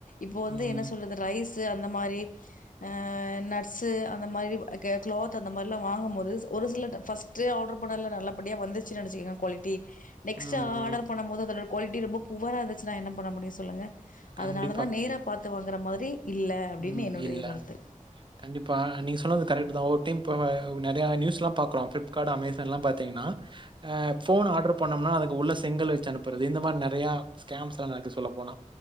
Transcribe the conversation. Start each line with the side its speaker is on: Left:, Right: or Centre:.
Left: இப்போ வந்து
Right: ம்.
Left: என்ன சொல்றது ரைஸ் சு அந்த மாரி அ நட்ஸு அந்த மாரி க்ளோத் அந்த மாரிலா வாங்கும்போது ஒரு சில ஃபஸ்ட்டு ஆர்ட்ரு பண்ணில் நல்லபடியா வந்துச்சுன்னு நெனச்சக்க குவாலிட்டி நெக்ஸ்ட்
Right: ம்.
Left: அ
Right: ம்.
Left: ஆர்டர் பண்ணும் போது அத குவாலிட்டி ரொம்ப புவரா இருந்துச்சுனா என்ன பண்ண முடியு சொல்லுங்க
Right: கண்டிப்பா,
Left: அதனாலதா
Right: கண்டிப்பா.
Left: நேரா பாத்து வாங்குற மாதுரி இல்ல அப்டின்னு
Right: ம்.
Left: என்னுடைய
Right: இல்ல.
Left: கருத்து
Right: கண்டிப்பா நீங் சொன்னத் கரெக்டுடாத ஒரு டைம் நேரியா நியூஸ்லா பாக்குறோம் பிளிப்கார்ட் அசான் ல பாபோன் ஆர்டர் பனோனான் உள்ள செங்கல் வச்சி அனுப்புறது இந்த மாதிரி ஸ்கேம்ஸ் எல்லா நடக்குது சொல்லப்போனா